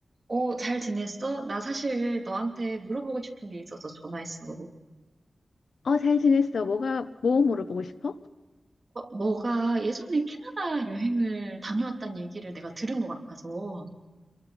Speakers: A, on the right; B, on the left.
A: 어, 잘 지냈어? 나 사실 너한테 물어보고 싶은 게 있어서 전화했어.
B: 어, 잘 지냈어. 뭐가, 뭐 물어보고 싶어?
A: 어, 너가 예전에 캐나다 여행을 다녀왔다는 얘기를 내가 들은 것 같아서,